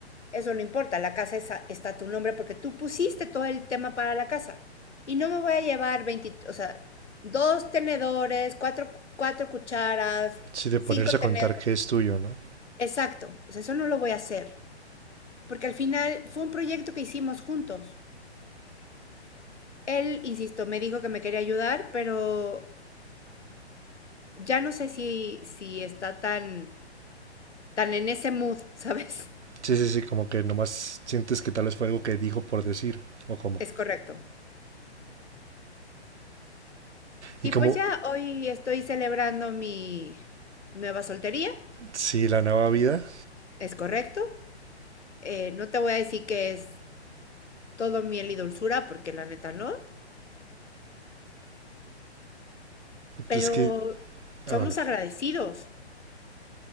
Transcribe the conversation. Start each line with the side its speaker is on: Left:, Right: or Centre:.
Left: eso no importa, la casa es está a tu nombre porque tú pusiste todo el tema para la casa. Y no me voy a llevar 20, o sea, dos tenedores, cuatro, cuatro cucharas,
Right: Sí, de
Left: cinco
Right: ponerse
Left: tenedores.
Right: a contar que es tuyo, ¿no?
Left: Exacto, o sea, eso no lo voy a hacer, porque al final fue un proyecto que hicimos juntos. Él, insisto, me dijo que me quería ayudar, pero ya no sé si, si está tan, tan en ese mood, <laughs> ¿sabes?
Right: Sí, sí, sí, como que nomás sientes que tal vez fue algo que dijo por decir, o como.
Left: Es correcto.
Right: Y
Left: Y
Right: como,
Left: pues ya hoy estoy celebrando mi nueva soltería,
Right: sí, la nueva vida,
Left: es correcto. Eh, no te voy a decir que es todo miel y dulzura, porque la neta no, pero
Right: pues que
Left: somos
Right: Ah, bueno.
Left: agradecidos,